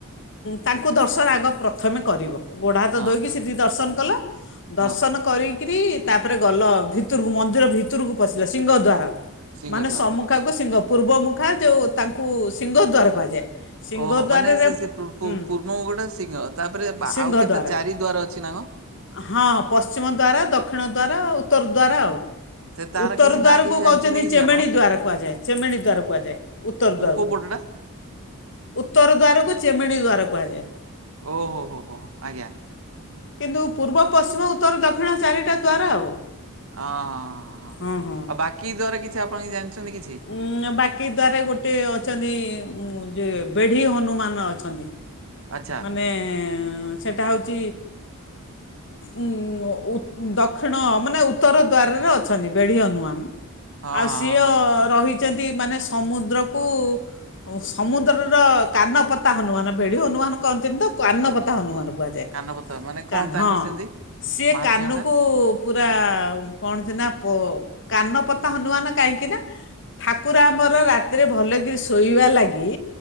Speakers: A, on the left; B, on the right.
A: ତାଙ୍କୁ ଦର୍ଶନ ଆଗ ପ୍ରଥମେ କରିବ। ଗୋଡ଼ ହାତ
B: ହଁ
A: ଧୋଇକି ସେଠି ଦର୍ଶନ କଲା
B: ହଁ।
A: ଦର୍ଶନ କରିକି <inaudible> ତାପରେ ଗଲ ଭିତରକୁ ମନ୍ଦିର ଭିତରକୁ ପଶିଲ ସିଂହ ଦ୍ୱାରା
B: ସିଂହ
A: ମାନେ
B: ଦ୍ୱାର
A: ମୁଖାକୁ ସିଂହ ପୂର୍ବ ମୁଖା ଯୋଉଁ ତାଙ୍କୁ ସିଂହ ଦୂର କୁହାଯାଏ। ସିଂହଦ୍ୱାରରେ
B: ଓହୋ ମାନେ ସେ-ସେ
A: ହୁଁ
B: ପୂର୍ବ ଗୋଟେ ସିଂହ ତାପରେ ଆଉ
A: ସିଂହଦ୍ୱାର
B: କେତେ ଚାରି ଦ୍ୱାର ଅଛି ନା କଣ?
A: ହଁ ପଶ୍ଚିମଦ୍ୱାରା, ଦକ୍ଷିଣଦ୍ୱାରା ଆଉ ଉତ୍ତରଦ୍ୱାରା ଆଉ।
B: ସେ ତାର
A: ଉତ୍ତର
B: କିଛି
A: ଦ୍ୱାରକୁ
B: ନା କିଛି ଜାଣିଛନ୍ତି
A: କହୁଛନ୍ତି
B: କିଛି
A: ଚେମେଣି
B: ଆପଣ
A: ଦ୍ୱାର କୁହାଯାଏ ଚେମେଣି ଦ୍ୱାର କୁହାଯାଏ ଉତ୍ତର
B: କୋଉ
A: ଦ୍ୱାରକୁ।
B: କୋଉ ପଟଟା
A: ଉତ୍ତର ଦ୍ୱାରକୁ ଚେମେଣି ଦ୍ୱାର କୁହାଯାଏ।
B: ଓ ହୋ-ହୋ-ହୋ, ଆଜ୍ଞା।
A: କିନ୍ତୁ ପୂର୍ବ, ପଶ୍ଚିମ, ଉତ୍ତର, ଦକ୍ଷିଣ, ଚାରିଟା ଦ୍ୱାର ଆଉ।
B: ଅ ହଁଁ-ହଁ-ହଁ
A: ହଁ ହଁ
B: ଆଉ ବାକି ଦ୍ୱାର କିଛି ଆପଣ କିଛି ଜାଣିଚନ୍ତି କିଛି?
A: ଉଁ ବାକି ଦ୍ୱାରେ ଗୋଟେ ଅଛନ୍ତି ଯେ ବେଢ଼ି ହନୁମାନ ଅଛନ୍ତି।
B: ଆଚ୍ଛା
A: ମାନେ ସେଟା ହଉଚି
B: <unintelligible>
A: ଉଁ ଉ ଦକ୍ଷିଣ ମାନେ ଉତ୍ତର ଦ୍ୱାରରେ ଅଛନ୍ତି ବେଢ଼ିହନୁମାନ।
B: ହଁ
A: ଆଉ ସିଏ
B: ହଁ ହଁ
A: ଅ
B: ହଁ।
A: ରହିଛନ୍ତି ମାନେ ସମୁଦ୍ରକୁ ହୁଁ ସମୁଦ୍ରର କାନପତା ହନୁମାନ ବେଢ଼ି ହନୁମାନ କହନ୍ତିନ ତ କାନପତା ହନୁମାନ। କୁହାଯାଏ
B: କାନପତା ମାନେ କଣ
A: କାନ
B: ତାଙ୍କର
A: ହଁ
B: ସେମିତି
A: ସିଏ
B: ମହାତ୍ମ୍ୟ
A: କାନକୁ
B: ଟା
A: ପୁରା କଣ ଯେ ନା ପ କାନପତା ହନୁମାନ କାହିଁକି ନା ଠାକୁର ଆମର ରାତିରେ ଭଲକରି ଶୋଇବା ଲାଗି